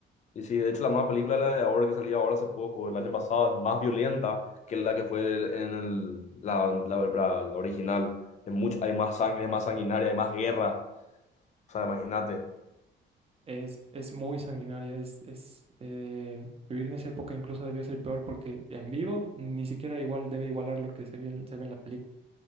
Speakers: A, on the left; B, on the right.
A: y sí, de hecho la nueva película, la de ahora que salió ahora hace poco, el año pasado, es más violenta que la que fue el- en el- la, la, la- la original. Es mucho, hay más sangre, es más sanguinaria, hay más guerra. O sea, imagínate.
B: Es, es muy sanguinaria, es, es, eh, vivir en esa época incluso debió ser peor porque en vivo ni siquiera igual debe igualar lo que se ve en, se ve en la película.